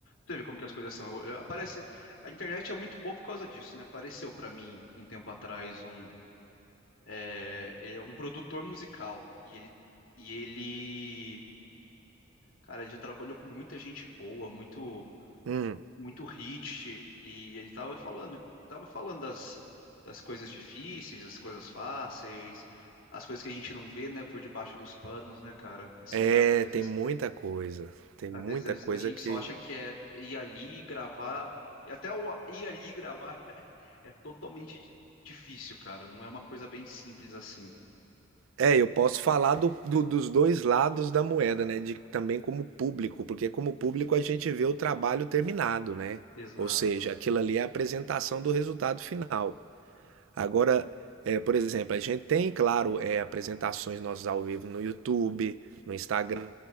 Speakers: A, on the left; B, on the right.
A: Tu vê como que as coisas são. Eu- eu- aparece, a internet é muito boa por causa disso, né? Apareceu pra mim um tempo atrás um, é, é um produtor musical e ele, e ele, cara, ele já trabalhou com muita gente boa, muito,
B: Hum,
A: muito hit e ele tava falando, tava falando das, das coisas difíceis, as coisas fáceis, as coisas que a gente não vê, né, por debaixo dos panos, né, cara? Assim,
B: é,
A: às vezes
B: tem muita coisa. Tem
A: Às
B: muita
A: vezes
B: coisa
A: a, a gente
B: que.
A: só acha que é ir ali gravar. E até o ir ali gravar é totalmente di- difícil, cara. Não é uma coisa bem simples assim.
B: É, eu posso falar do, do- dos dois lados da moeda, né? De também como público, porque como público a gente vê o trabalho terminado, né?
A: Exato.
B: Ou seja, aquilo ali é a apresentação do resultado final. Agora, é, por exemplo, a gente tem, claro, é, apresentações nossas ao vivo no YouTube, no Instagram,